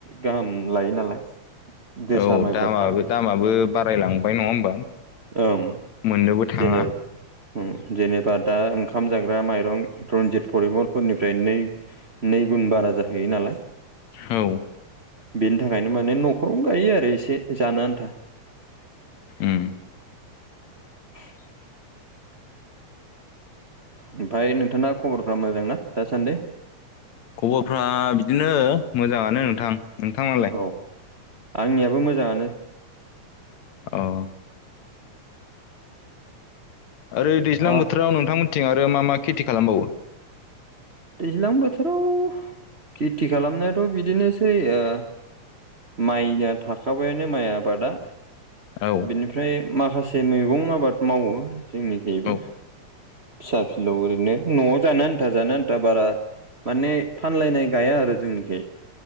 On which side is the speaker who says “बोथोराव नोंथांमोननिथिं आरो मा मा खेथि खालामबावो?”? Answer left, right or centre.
Left